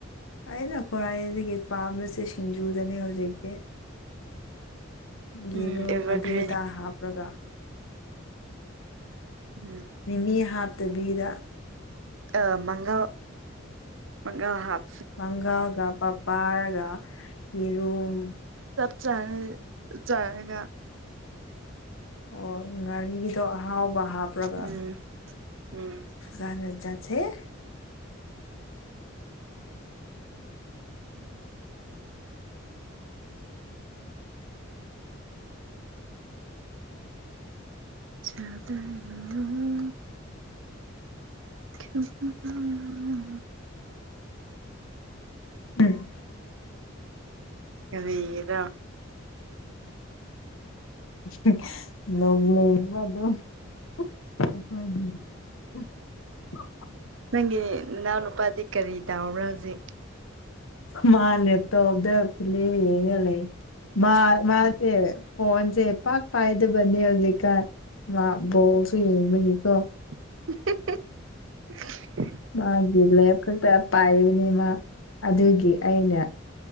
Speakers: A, on the left (about 80°); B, on the right (about 70°).
A: ꯑꯩꯅ ꯈ꯭ꯋꯥꯏꯁꯤꯗꯒꯤ ꯄꯥꯝꯝꯕꯁꯦ ꯁꯤꯡꯖꯨꯗꯅꯦ ꯍꯧꯖꯤꯛꯇꯤ ꯌꯦꯔꯨꯝ
B: ꯎꯝ ꯑꯦꯚꯔꯒ꯭ꯔꯤꯟ
A: ꯑꯗꯨ ꯑꯗꯥ ꯍꯥꯞꯔꯒ
B: ꯎꯝ
A: ꯃꯤꯃꯤ ꯍꯥꯞꯇꯕꯤꯗ
B: ꯑꯥ ꯃꯪꯒꯜ ꯃꯪꯒꯜ ꯍꯥꯞ
A: ꯃꯪꯒꯜꯒ ꯄꯄꯔꯒ ꯌꯦꯔꯨꯝ
B: ꯆꯥꯏ ꯆꯔꯒ
A: ꯑꯣ ꯉꯥꯔꯤꯗꯣ ꯑꯍꯥꯎꯕ ꯍꯥꯞꯄꯂꯒ
B: ꯎꯝ ꯎꯝ
A: <unintelligible>
B: <unintelligible> <unintelligible>
A: ꯎꯝ
B: ꯀꯔꯤꯔ
A: <unintelligible> <unintelligible>
B: ꯅꯪꯒꯤ ꯅꯅꯥꯎ ꯅꯨꯄꯥꯗꯤ ꯀꯔꯤ ꯇꯥꯕ꯭ꯔꯥ ꯍꯧꯖꯤꯛ
A: ꯃꯥ ꯂꯦꯛꯇꯣꯞꯗ ꯐꯤꯂꯤꯝ ꯌꯡꯂ ꯂꯩ ꯃꯥ ꯃꯥꯁꯦ ꯐꯣꯟꯁꯦ ꯄꯥꯛ ꯄꯥꯏꯗꯕꯅꯤ ꯍꯧꯖꯤꯀꯥꯟ ꯃꯥ ꯕꯣꯜꯁꯨ ꯌꯦꯡꯕꯒꯤꯀꯣ
B: <unintelligible>
A: ꯃꯥꯒꯤ ꯂꯦꯞ ꯈꯛꯇ ꯄꯥꯏꯕꯅꯦ ꯃꯥ ꯑꯗꯨꯒꯤ ꯑꯩꯅ